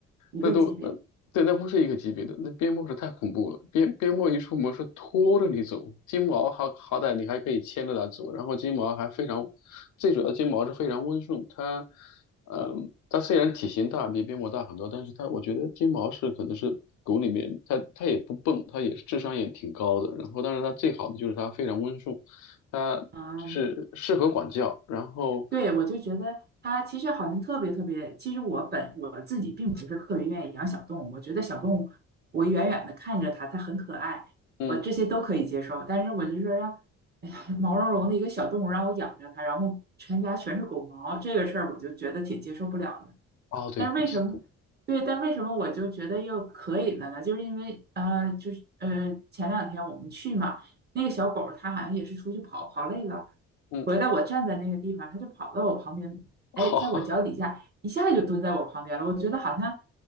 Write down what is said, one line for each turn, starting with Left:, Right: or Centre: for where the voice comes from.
Right: 一个级别。
Left: 那都那对，那不是一个级别的。那边牧是太恐怖了，边边牧一出门是拖着你走，金毛好好歹你还可以牵着它走，然后金毛还非常，最主要金毛是非常温顺，它，嗯，它虽然体型大比边牧大很多，但是它我觉得金毛是可能是狗里面它它也不笨，它也是智商也挺高的，然后但是它最好的就是它非常温顺，它就是适合管教，
Right: 啊，
Left: 然后。
Right: 对，我就觉得它其实好像特别特别。其实我本我自己并不是特别愿意养小动物，我觉得小动物，我远远的看着它，它很可爱，
Left: 嗯。
Right: 我这些都可以接受。但是我就说让，哎呀毛茸茸的一个小动物让我养着它，然后全家全是狗毛，这个事儿我就觉得挺接受不了的。
Left: 哦，对，
Right: 但为什么对？
Left: 雨天
Right: 但为什么我就觉得又可以了呢？就是因为呃，就是呃，前两天我们去嘛，那个小狗儿它好像也是出去跑，跑累了，
Left: 嗯，
Right: 回来我站在那个地方，它就跑到我旁边，哎，
Left: <laughs> 好，
Right: 在我脚底下一下就蹲在我旁边了。我觉得好像